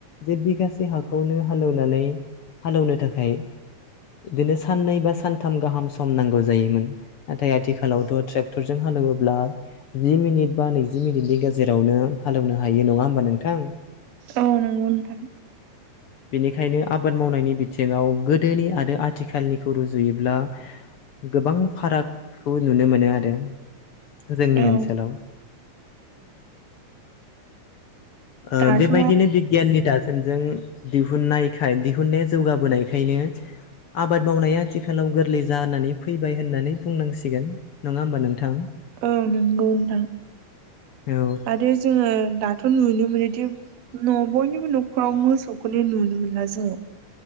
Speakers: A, on the left; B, on the right.
A: जे बिगासे हाखौनो हालनानै हालेवनो थाखाय बिदिनो साननै बा सानथाम गाहाम सम नांगौ जायोमोन नाथाय आथिखालावथ' ट्रेक्टरजों ह हालेवोब्ला जि मिनिट बा नैजि मिनिटनि गेजेरावनो हालेवनो हायो नङा होमबा नोंथां
B: औ नांगौ नोंथा
A: <inaudible> बेनिखायनो आबाद मावनायनि बिथिङाव गोदोनि आरो आथिखालनिखौ रुजुयोब्ला गोबां फारागखौ नुनो मोनो आरो जोंनि
B: औ
A: ओनसोलाव ओ
B: दाथ'
A: बेबायदिनो बिगियाननि दाजमजों दिहुननायखाय दिहुुननाया जौगाबोनायखायनो आबाद मावनाया आथिखालाव गोरलै जानानै फैबाय होननानै बुंनांसिगोन नङा होमबा नोंथां।
B: औ नोंगौ नोंथां
A: औ
B: आरो जोङो दाथ' नुनो मोनोदि न' बयनिबो न'खराव मोसौखौनो नुनो मोनला जोङो।